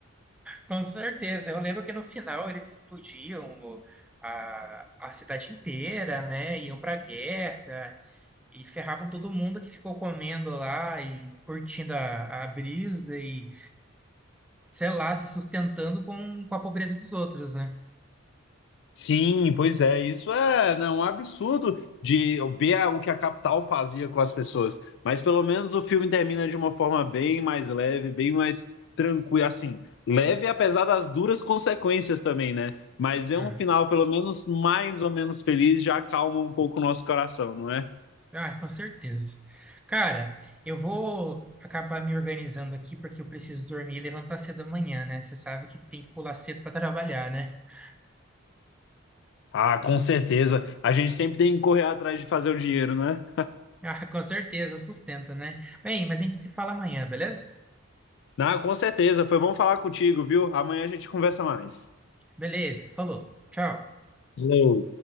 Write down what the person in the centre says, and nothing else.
com certeza. Eu lembro que no final eles explodiam o- a, a cidade inteira, né? Iam pra guerra e ferravam todo mundo que ficou comendo lá e curtindo a, a brisa e, sei lá, se sustentando com, com a pobreza dos outros, né?
Ah.
Ah, com certeza. Cara, eu vou acabar me organizando aqui porque eu preciso dormir e levantar cedo amanhã, né? Você sabe que tem que pular cedo para trabalhar, né? <laughs>
Ah, com certeza, sustenta, né? Bem, mas a gente se fala amanhã, beleza?
Beleza, falou. Tchau.